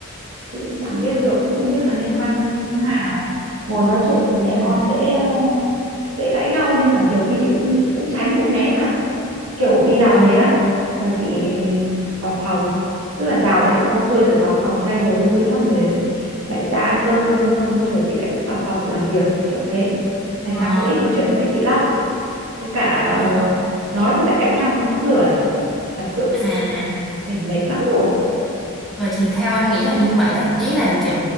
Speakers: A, on the right; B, in the centre.
A: chị cũng chẳng biết được cũng không biết là nên quan tâm như thế nào ngồi nói chuyện thì mẹ
B: Ừ.
A: con dễ ờ, dễ cãi nhau nên là nhiều khi chị cũng cũng tránh cũng né thật kiểu đi làm
B: ừ.
A: về á là chị vào phòng tức là chào mẹ xong xuôi rồi vào phòng thay đồ cái thứ xong rồi lại ra ăn cơm ăn cơm xong xuôi rồi chị lại cũng vào phòng chị làm việc kiểu thế thành
B: Ờ.
A: ra cũng ít nói chuyện với mẹ chị lắm với cả
B: Ờ,
A: ờ,
B: ờ,
A: nói thì lại cãi nhau nên cũng lười thật sự
B: à
A: mình mệt lắm rồi
B: Vậy thì theo em nghĩ là như vậy đó ý là kiểu